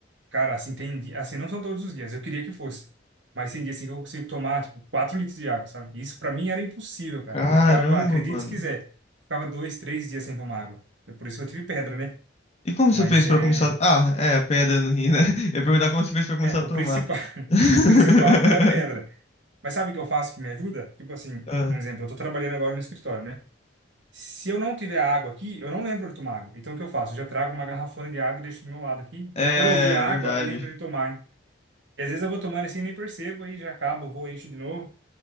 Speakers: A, on the right; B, on the left.
A: Cara, assim, tem, di- assim, não são todos os dias, eu queria que fosse. Mas tem dia assim que eu consigo tomar, tipo, 4 litros de água, sabe? Isso pra mim era impossível, cara,
B: Caramba,
A: porque eu ficava, acredite
B: mano.
A: se quiser, ficava dois, três dias sem tomar água. É Por isso que eu tive pedra, né?
B: E como
A: Mas
B: você fez
A: é,
B: pra começar? Ah, é, a pedra no rim, né? <laughs> Eu ia perguntar como você fez pra começar
A: é
B: a
A: o
B: tomar.
A: principal, <laughs>
B: <laughs>
A: o principal foi a pedra. Mas sabe o que eu faço que me ajuda? Tipo assim,
B: Ah,
A: um exemplo, eu tô trabalhando agora no escritório, né? Se eu não tiver água aqui, eu não lembro de tomar água. Então o que eu faço? Eu já trago uma garrafona de água e deixo do meu lado aqui. Então,
B: É,
A: por eu ver a
B: verdade.
A: água, eu lembro de tomar. E às vezes eu vou tomando assim nem percebo, aí já acabo, vou, encho de novo.